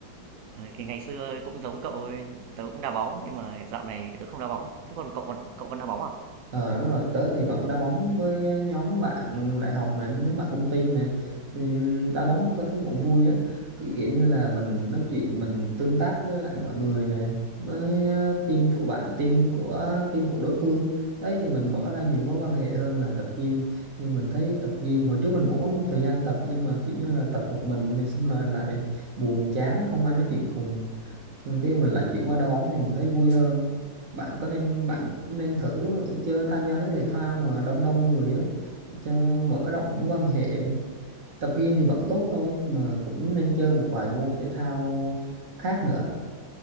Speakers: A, on the right (about 70°); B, on the right (about 45°).
A: Ờ, thì ngày xưa cũng giống cậu ấy, tớ cũng đá bóng nhưng mà dạo này thì tớ không đá bóng nữa. Thế còn cậu còn cậu vẫn đá bóng à?
B: Ờ đúng rồi, tớ thì vẫn đá bóng với nhóm bạn đại học nè, nhóm bạn công ty nè. Ừ, Đá bóng tớ thấy cũng vui á. Kiểu kiểu như là mình nói chuyện, mình tương tác với lại mọi người nè, với ờ, team của bạn, team của team của đối phương. Đấy thì mình mở ra nhiều mối quan hệ hơn là tập gym. Nhưng mình thấy tập gym hồi trước mình cũng có một thời gian tập nhưng mà kiểu như là tập một mình này xong rồi lại buồn chán, không ai nói chuyện cùng xong cái mình lại chuyển qua đá bóng thì mình thấy vui hơn bạn có nên bạn
A: Ừ,
B: cũng nên thử chơi tham gia mấy cái thể thao mà đông đông người á cho mở rộng mối quan hệ tập gym thì vẫn tốt thôi mà cũng nên chơi một vài môn thể thao khác nữa